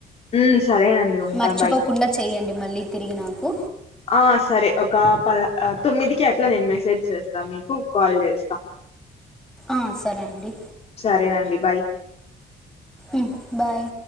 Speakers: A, on the left; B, in the centre.
A: ఉ సరే అండి ఉంటా
B: మర్చిపోకుండా
A: బాయ్
B: చేయండి మళ్ళీ తిరిగి నాకు
A: ఆ సరే ఒక ప తొమ్మిదికి అట్లా నేను మెసేజ్ చేస్తాను మీకు కాల్ చేస్తా
B: ఆ సరే అండి
A: సరేనండి బాయ్
B: ఉమ్, బాయ్